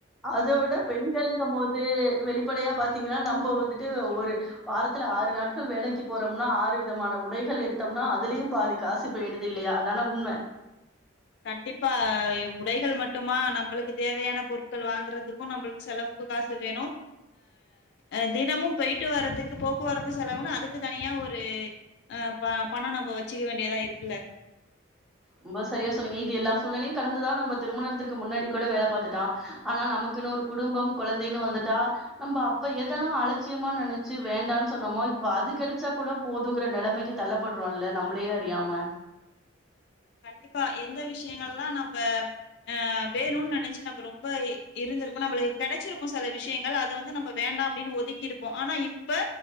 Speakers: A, in the centre; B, on the left.
A: அத விட பெண்களுங்கம் போது வெளிப்படையா பாத்தீங்கன்னா நம்ம வந்துட்டு ஒரு வாரத்துல ஆறு நாட்கள் வேலைக்கு போறோம்னா ஆறு விதமான உடைகள் எடுத்தோம்னா அதுலயு பாதி காசு போயிடுது இல்லையா அதான உண்ம
B: கண்டிப்பா உடைகள் மட்டுமா நம்பளுக்கு தேவையான பொருட்கள் வாங்குறது க்கு நம்பளுக்கு செலவுக்கு காசு வேணு அ தினமும் போயிட்டு வரதுக்கு போக்குவரத்து செலவுனு அதுக்கு தனியா ஒரு அ பணம் நம்ப வச்சுக்க வேண்டியதா இருக்குல்ல
A: ரொம்ப சரியா சொன்னீங்க இது எல்லா சூழ்நிலையு கடந்துதா நம்ப திருமணத்திற்கு முன்னாடி கூட வேல பாத்துட்ட ஆனா நமக்குனு ஒரு குடும்பம் கொழந்தைன்னு வந்துட்டா நம்ப அப்ப எதெல்லா அலட்சியமா நெனச்சு வேண்டான்னு சொன்னோமோ இப்ப அது கெடச்சா கூட போதுங்குற நெலமைக்கு தள்ளப்படுறோம்ல நம்பளயே அறியாம
B: கண்டிப்பா எந்த விஷயங்கல்லா நம்ப ஆ வேணும்னு நெனச்சு நம்ப ரொம்ப இ இருந்துருப்போ நம்பளுக்கு கெடச்சிருக்கு செல விஷயங்கள் அத வந்து நம்ப வேண்டா அப்டின்னு ஒதுக்கி இருப்போ ஆனா இப்ப